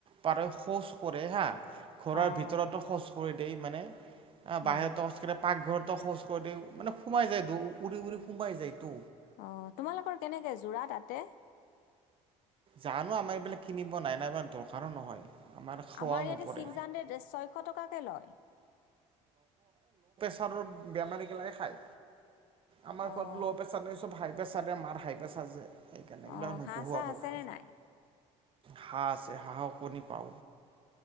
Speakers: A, on the right; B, on the left.
A: পাৰে শৌচ কৰে হা। ঘৰৰ
B: অঁ
A: ভিতৰতো কৰি দ মানে অ
B: উম
A: বাহিৰতো অস্কাৰৰে পাকঘৰত খোজ কৰি মানে সোমাই যায় উৰি উৰি সোবাই যায় তো।
B: অ তোমালোকৰ কেনেকে যোৰা তাতে
A: জানো আমাৰ এইবিলাক কিনিব নাই নাই দৰকাৰো নহয় খোৱাও
B: আমাৰ ইয়াতে
A: নপৰে
B: ছিক্স হাণ্ড্ৰেড ছয়শ টকাকে লয়
A: সচৰ বেমাৰীগিলাক খায়। আমাৰ
B: অঁ
A: ঘৰত ল' প্ৰেছাৰ ন চব ভাই। হাইপা চাদে মাৰ হাইফা চাজ যে। সেইকাৰণে এইবিলাক
B: অ
A: নোপোহো
B: হাঁহ চাঁ
A: আৰু
B: আছে নে নাই
A: হাঁহ আছে হাঁহক কণী পাও